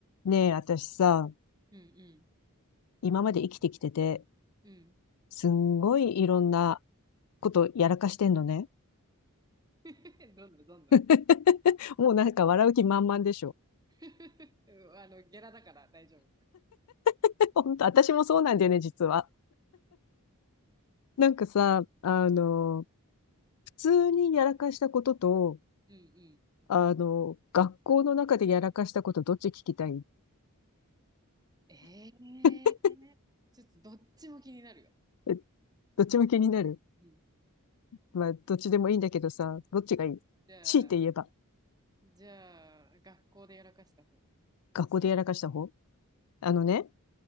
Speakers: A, on the left; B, on the right.
A: ねえ、私さ、
B: うん
A: 今まで生きてきてて、
B: うん。うん。
A: すんごいいろんなことやらかしてんのね。
B: <laughs> どんなどんな
A: <laughs> もうなんか笑う気満々でしょ。
B: <laughs>。うんあの、ゲラだから大丈夫。
A: <laughs> 本当、私もそうなんだよね、実は。なんかさ、あの、普通にやらかしたことと、
B: うんうん。
A: あの、学校の中でやらかしたこと、どっち聞きたい
B: ええ
A: <laughs>
B: ーちょっとどっちも気になるよ。
A: えどっちも気になる
B: うん。
A: まあ、どっちでもいいんだけどさ、どっちがいい強いて言えば、
B: じゃあ、じゃあ、学校でやらかした方。
A: 学校でやらかした方あのね、